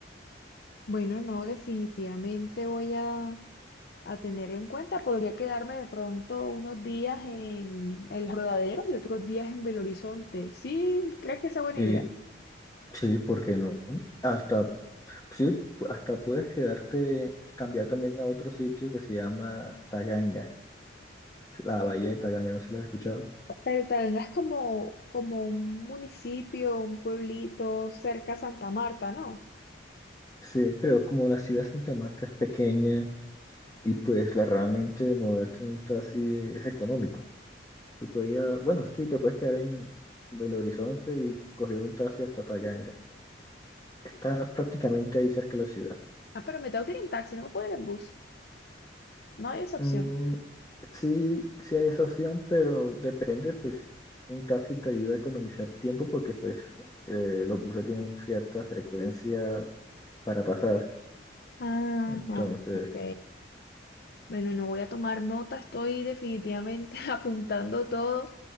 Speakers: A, on the left; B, on the left.
A: Bueno, no, definitivamente voy a, a tenerlo en cuenta. Podría quedarme de pronto unos días en El Rodadero y otros días en Belo Horizonte. ¿Sí? ¿Crees que esa es buena
B: Sí,
A: idea?
B: sí, ¿por qué no? Hasta, sí, hasta puedes quedarte, cambiar también a otro sitio que se llama Taganga, la bahía de Taganga, ¿no se la has escuchado?
A: Pero tal es como, como un municipio, un pueblito cerca a Santa Marta, ¿no?
B: Sí, pero como la ciudad de Santa Marta es pequeña y pues la realmente de moverte en un taxi es económico. Tú puedes ir a- bueno, sí, te puedes quedar en Belo Horizonte y coger un taxi hasta Taganga. Está prácticamente ahí cerca de la ciudad.
A: Ah, pero me tengo que ir en taxi, no me puedo ir en bus. No hay esa opción.
B: Mm, sí, sí hay esa opción, pero depende, pues un taxi te ayuda a economizar tiempo porque pues eh, los buses tienen cierta frecuencia para pasar.
A: Ajá,
B: Entonces,
A: ok. Bueno, no voy a tomar nota, estoy definitivamente <laughs> apuntando todo.